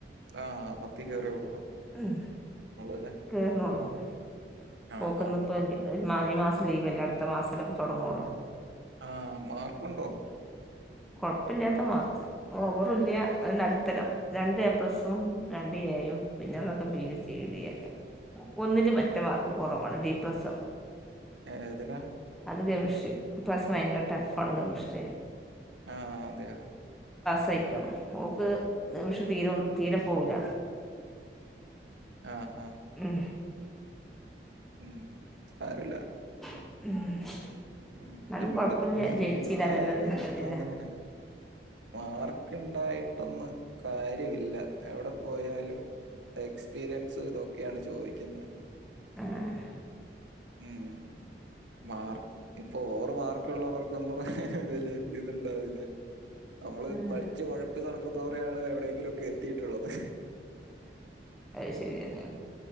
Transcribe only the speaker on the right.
ആഹ് പത്തി കയറേ ഉള്ളൂ
അല്ലേ
ആഹ് ആഹ് ആഹ്
ആ മാർക്കുണ്ടോ
ഉം.
ഏതിലാ?
ആഹ് അതെയോ
ആഹ് ആഹ്
ഉം സാരുല്ല.
ഉം
കിട്ടും
ഹാ
കിട്ടായ്ക
ഒന്ന് അതന്നെ മാർക്ക് ഇണ്ടായിട്ടൊന്നും കാര്യവില്ല എവടെ പോയാലും എക്സ്പീരിയൻസും ഇതൊക്കെയാണ് ചോദി ക്കിന്ന്
ഉം മാർക്ക് ഇപ്പൊ ഓവറ് മാർക്ക്ള്ളോർക്കൊന്നും. ഏ വല് ഇത്ണ്ടാവില്ല്യ. നമ്മള്
പഠിച്ച് ഒഴപ്പി നടക്കു എന്തോറയാണ് എവിടെയെങ്കിലും ഒക്കെ എത്തിയിട്ടുള്ളത്